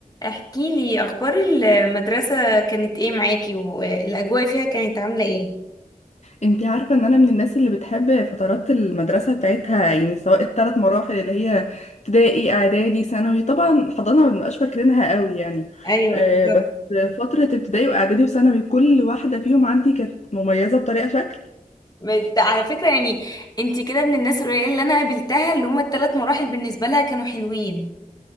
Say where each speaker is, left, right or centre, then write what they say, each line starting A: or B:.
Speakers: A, on the left; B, on the left.
A: احكي لي اخبار المدرسة كانت ايه معاكي والاجواء فيها كانت عاملة ايه
B: انتي عارفة ان انا من الناس اللي بتحب فترات المدرسة بتاعتها يعني سواء الثلاث مراحل اللي هي ابتدائي اعدادي ثانوي طبعا حضانة ما بنبقاش فاكرينها قوي يعني
A: ايوه
B: آه،
A: بالظبط
B: بس فترة ابتدائي واعدادي وثانوي كل واحدة فيهم عندي كانت مميزة بطريقة شكل
A: بت- على فكرة يعني انتي كده من الناس القليلة اللي انا قابلتها اللي هما الثلاث مراحل بالنسبة لها كانوا حلوين